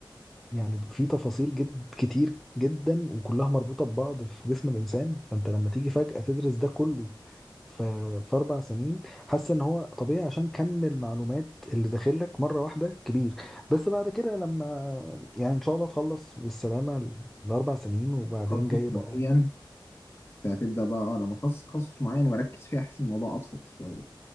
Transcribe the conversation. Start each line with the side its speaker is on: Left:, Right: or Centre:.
Centre: يعني في تفاصيل جد كتير جدا وكلها مربوطة ببعض في جسم الإنسان فأنت لما تيجي فجأة تدرس ده كله ف- في أربع سنين حاسس إن هو طبيعي عشان كم المعلومات اللي داخلك مرة واحدة كبير بس بعد كده لما يعني إن شاء الله تخلص بالسلامة ال- الأربع سنين وبعدين
Left: وتخصص
Centre: جاي
Left: معين
Centre: بقى
Left: فهتبدأ بقى اه لما اتخصص تخصص معين واركز فيه احس الموضوع ابسط شوية